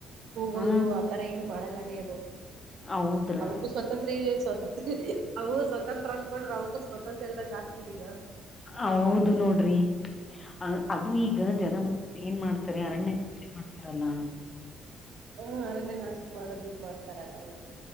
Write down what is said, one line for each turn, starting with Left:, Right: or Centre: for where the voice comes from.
Right: ಹೋಗೋದು
Left: ಹಾ
Right: ಆತರ ಏನ್ ಮಾಡಲ್ಲರಿ ಅದು
Left: ಹೌದ್ರಾ
Right: ಅಂಗೂ ಸ್ವಲ್ಪ ಸ್ವತಂತ್ರ ಸ್ವತಂತ್ರ ಅವು ಸ್ವತಂತ್ರ ಅನ್ಕೊಂಡ್ರೆ ಅವಕ್ಕೂ ಸ್ವತಂತ್ರ್ಯ ಇಲ್ದಂಗ ಆಗ್ತದೆ ಈಗ.
Left: ಹೌದು ನೋಡ್ರಿ. ಅ ಅದು ಈಗ ಜನ ಬ ಏನ್ ಮಾಡ್ತಾರೆ ಅರಣ್ಯ ನ್ ಮಾಡ್ತಾರಲ್ಲಾ.
Right: ಹ್ಮ ಅರಣ್ಯ ನಾಶ ಮಾಡದ ಇದ್ ಮಾಡ್ತಾರಲ್ಲ ಹೌದು.